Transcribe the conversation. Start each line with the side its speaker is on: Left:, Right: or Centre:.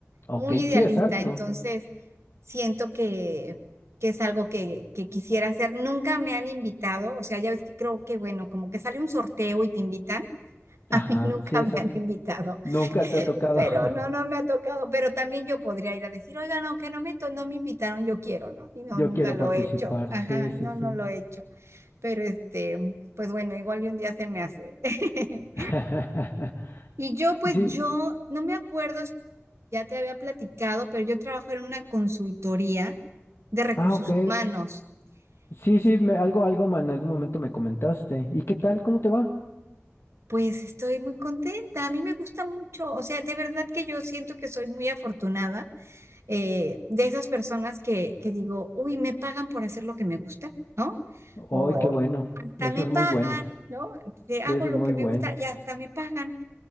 Left: ok,
Right: muy idealista,
Left: sí, exacto.
Right: entonces siento que, que es algo que, que quisiera hacer. Nunca me han invitado, o sea, ya ves que creo que, bueno, como que sale un sorteo y te invitan. <laughs>
Left: Ajá,
Right: A mí Ajá, nunca
Left: sí, exacto.
Right: me han invitado,
Left: Nunca te ha tocado.
Right: pero
Left: <laughs>
Right: tocado. no, no me ha tocado. Pero también yo podría ir a decir, oigan, aunque no me, to- no me invitaron, yo quiero, ¿no? Y no,
Left: Yo
Right: nunca
Left: quiero
Right: lo
Left: participar,
Right: he hecho. Ajá,
Left: sí, sí,
Right: no,
Left: sí.
Right: no lo he hecho pero este, pues bueno, igual y un día se me hace. <laughs>
Left: <laughs>
Right: Y yo, pues
Left: Sí,
Right: yo, no me acuerdo si ya te había platicado, pero yo trabajo en una consultoría de recursos
Left: ah, ok.
Right: humanos.
Left: Sí,
Right: Es-
Left: sí, me, algo, algo ma- en algún momento me comentaste. ¿Y qué tal? ¿Cómo te va?
Right: Pues estoy muy contenta, a mí me gusta mucho, o sea, de verdad que yo siento que soy muy afortunada eh, de esas personas que, que digo, uy, me pagan por hacer lo que me gusta, ¿no? O
Left: ¡Ay, qué bueno!
Right: Oh, hasta
Left: Eso
Right: me
Left: es
Right: pagan,
Left: muy bueno.
Right: ¿no? Te hago
Left: Eso
Right: lo
Left: es muy
Right: que
Left: bueno.
Right: me gusta y hasta me pagan.